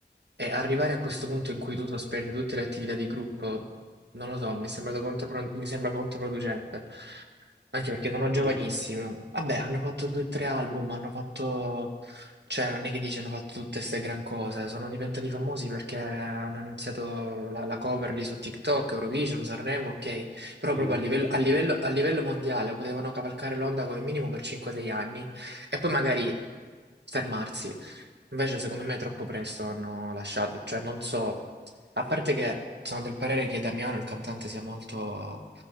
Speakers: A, on the right; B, on the left.
A: e arrivare a questo punto in cui tu sospendi tutte le attività di gruppo non lo so, mi è sembrato contropro mi sembra controproducente. Anche perché sono giovanissimi.
B: Dici?
A: Vabbè, hanno fatto due o tre album, hanno fatto... Cioè, non è che dici hanno fatto tutte queste gran cose. Sono diventati famosi perché hanno iniziato la, la cover lì su TikTok, Eurovision, Sanremo, ok. Però
B: Mm,
A: proprio a livello,
B: sì.
A: a livello- a livello mondiale potevano cavalcare l'onda come minimo per 5-6 anni e poi magari fermarsi. Invece, secondo me, troppo presto hanno lasciato. Cioè, non so. A parte che sono del parere che Damiano, il cantante, sia molto